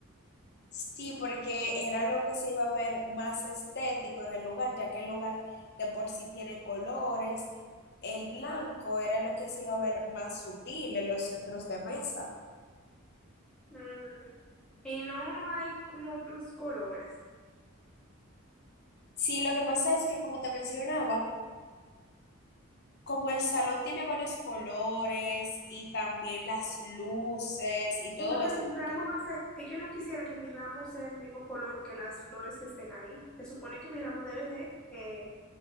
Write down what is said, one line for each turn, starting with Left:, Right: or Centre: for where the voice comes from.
Left: Sí, porque era lo que se iba a ver más estético en el lugar, ya que el lugar de por sí tiene colores. El blanco era lo que se iba a ver más sutil en los centros de mesa.
Centre: mm, y no hay como otros colores.
Left: Sí, lo que pasa es que, como te mencionaba, como el salón tiene varios colores y también las luces y
Centre: Entonces
Left: todo eso,
Centre: mi
Left: ¿por
Centre: ramo
Left: qué?
Centre: va a ser, es que no quisiera que mi ramo sea el mismo color que las flores que estén ahí. Se supone que mi ramo debe de eh,